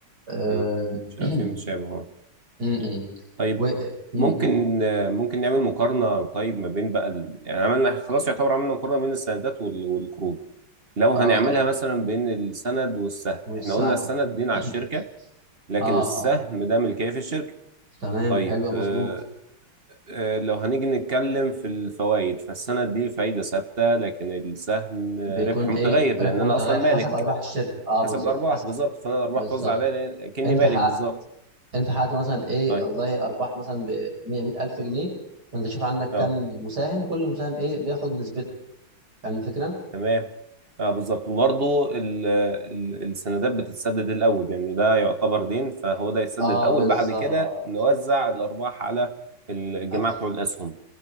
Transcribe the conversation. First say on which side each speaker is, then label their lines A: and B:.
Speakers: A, on the right (about 50°); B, on the right (about 30°).
A: آه.
B: امم
A: <clears throat>
B: شايفين
A: م-
B: تشابه
A: م.
B: طيب
A: و م-
B: ممكن
A: قول.
B: آه، ممكن نعمل مقارنة طيب ما بين بقى ال... يعني عملنا خلاص يعتبر عملنا مقارنة بين السندات وال... والقروض لو هنعملها
A: اه اه
B: مثلا بين السند والسهم
A: والسهم
B: احنا قلنا السند دين
A: <clears throat>
B: على الشركة لكن
A: اه
B: السهم
A: اه
B: ده ملكية في الشركة
A: تمام
B: طيب
A: حلو
B: اه
A: مظبوط
B: اه لو هنيجي نتكلم في الفوائد فالسند دي فايدة ثابتة لكن السهم آه،
A: بيكون
B: ربح
A: ايه
B: متغير لأن
A: ربح
B: أنا
A: متغير
B: أصلا
A: حسب
B: مالك
A: ارباح الشركه اه
B: حسب
A: بالظبط
B: الأرباح
A: حسب
B: بالظبط فأنا الأرباح
A: بالظبط
B: توزع عليا لأن- كأني
A: انت
B: مالك
A: حققت
B: بالظبط
A: انت حققت مثلا ايه
B: طيب
A: والله ارباح مثلا ب 100 100000 جنيه فانت شوف عندك كم
B: اه
A: مساهم كل مساهم ايه بياخد نسبته فاهم الفكره
B: تمام اه بالظبط وبرضه ال- ال- السندات بتتسدد الاول يعني ده يعتبر دين فهو ده يتسدد
A: اه
B: الاول
A: بالظبط
B: بعد كده نوزع الارباح على الجماعه
A: آه،
B: بتوع الاسهم